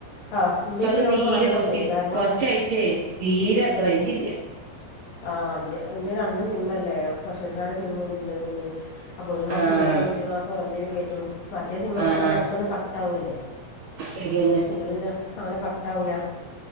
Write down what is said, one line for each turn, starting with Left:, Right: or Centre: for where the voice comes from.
Left: ആഹ് ഇന്റെ
Right: അപ്പ അത്
Left: ജിയോന്ന്
Right: തീരെ
Left: മാറ്റാൻ
Right: കൊറച്ച്
Left: പറ്റില്ലേ കാരണം
Right: കൊറച്ചായിട്ട് തീരെ റേഞ്ച് ഇല്ല
Left: ആഹ് അ എന്റെ രണ്ട് സിം അല്ലേ മഷൂർഖാന്റെ സിമ്മുണ്ട് ഇൻറതും ഉ ണ്ട് അപ്പൊ ഒരു മാസം
Right: ആഹ്
Left: എന്തെേലും കയറ്റും ഒരു മാസംന്തേലും കയറ്റും മറ്റേ സിനിമ
Right: ആഹ്
Left: ഒക്കെ പിന്നെ
Right: ആഹ്
Left: പെട്ടെന്ന് കട്ടാവല്ലേ
Right: ശരിയെന്നെ
Left: ഇത് പിന്നെ അങ്ങനെ കട്ടാവൂല